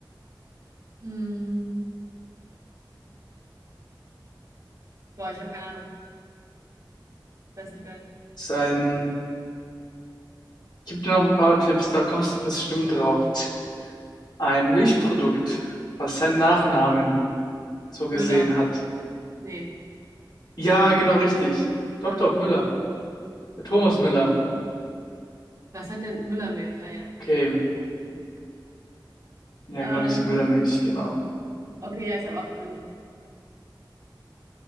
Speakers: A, on the right (about 40°); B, on the left (about 60°).
A: Mm, boah, ich habe keine Ahnung. Weiß nicht, wer.
B: Sein, gib dir noch ein paar Tipps, da kommst du bestimmt
A: Okay.
B: drauf. Ein Milchprodukt. Was ist sein Nachname? so gesehen
A: Müller.
B: hat.
A: Nee.
B: Ja, genau richtig. Doch,
A: Ah,
B: doch, Müller.
A: okay.
B: Der Thomas Müller.
A: Was hat denn Müllermilch? Ah ja,
B: Okay.
A: ja, genau, okay.
B: Ja,
A: Ähm,
B: genau, diese Müllermilch, genau.
A: okay, ja, ich habe auch jemanden.